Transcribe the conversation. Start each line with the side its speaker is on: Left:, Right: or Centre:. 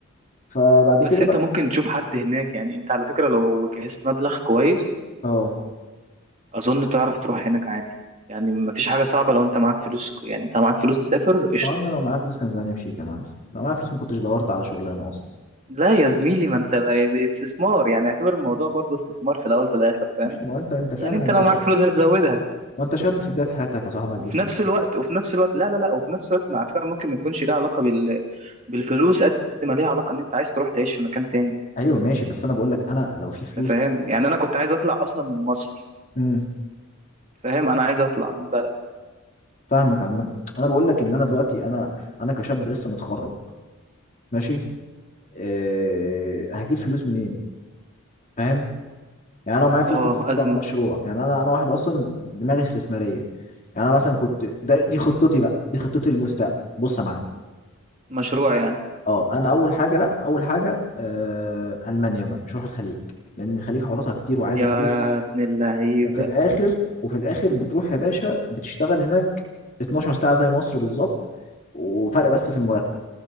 Left: فبعد
Right: بس
Left: كده
Right: انت
Left: بقى
Right: ممكن تشوف حد هناك يعني انت على فكرة لو جهزت مبلغ كويس
Left: اه
Right: اظن تعرف تروح هناك عادي يعني مفيش حاجه صعبه لو انت معاك فلوس يعني انت معاك فلوس تسافر قشطه
Left: ما انا لو معايا فلوس كان زماني مشيت يا معلم لو معايا فلوس ما كنتش دورت على شغلانه اصلا
Right: لا يا زميلي ما انت ده استثمار يعني اعتبر الموضوع برضه استثمار في الاول في الاخر فاهم
Left: مش ما هو انت انت فاهم
Right: يعني
Left: انت
Right: انت لو
Left: شاب
Right: معاك فلوس هتزودها
Left: ما انت شاب في بدايه حياتك يا صاحبي هتجيب
Right: وفي
Left: فلوس
Right: نفس
Left: منين
Right: الوقت وفي نفس الوقت لا لا لا وفي نفس الوقت مع فكره ممكن ما يكونش ليها علاقه بال... بالفلوس قد ما ليها علاقه ان انت عايز تروح تعيش في مكان تاني
Left: ايوه ماشي بس انا بقول لك انا لو في فلوس
Right: انت فاهم
Left: اصلا
Right: يعني انا كنت عايز اطلع اصلا من مصر
Left: امم
Right: فاهم انا عايز اطلع من البلد
Left: فاهمك عامه انا بقول لك ان انا دلوقتي انا انا كشاب لسه متخرج ماشي أه... هجيب فلوس منين فاهم يعني انا لو معايا فلوس
Right: اه
Left: كنت حطيتها
Right: ازمه
Left: في مشروع يعني انا انا واحد اصلا دماغي استثماريه يعني انا مثلا كنت ده دي خطتي بقى دي خطتي للمستقبل بص يا معلم
Right: مشروع يعني
Left: اه انا اول حاجه لا اول حاجه آه المانيا بقى مش هروح الخليج لان الخليج حواراتها كتير وعايزه
Right: يا
Left: فلوس
Right: ابن اللعيبه
Left: وفي الاخر وفي الاخر بتروح يا باشا بتشتغل هناك 12 ساعه زي مصر بالظبط وفرق بس في المرتب